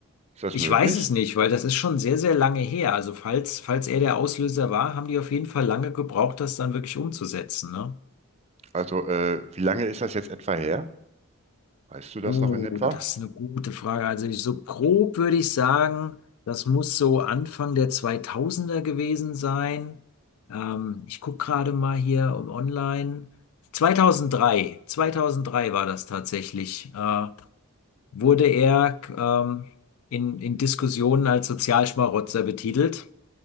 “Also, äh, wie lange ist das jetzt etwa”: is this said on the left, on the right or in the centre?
Right